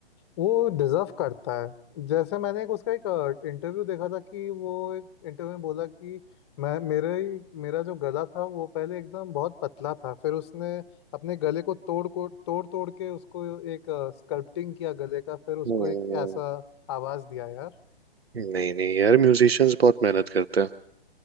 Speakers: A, on the left; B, on the right.
A: वो डिजर्व करता है जैसे मैंने एक उसका एक इंटरव्यू देखा था कि वो एक इंटरव्यू में बोला कि मैं मेरे ही मेरा जो गला था वो पहले एकदम बहुत पतला था फिर उसने अपने गले को तोड़ को तोड़ तोड़ के उसको एक स्कल्पटिंग किया गले का फिर उसको
B: हम्म,
A: एक ऐसा आवाज दिया यार
B: नहीं नहीं यार म्यूजिशियंस बहुत मेहनत करते हैं